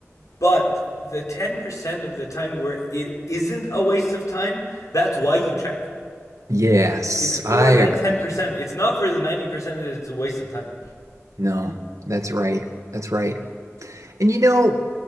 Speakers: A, on the left; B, on the right.
A: but the 10% of the time where it isn't a waste of time, that's why you check.
B: yes,
A: It's for
B: I
A: that
B: agree.
A: 10%. It's not for the 90% that it's a waste of time.
B: No, that's right. That's right. And you know,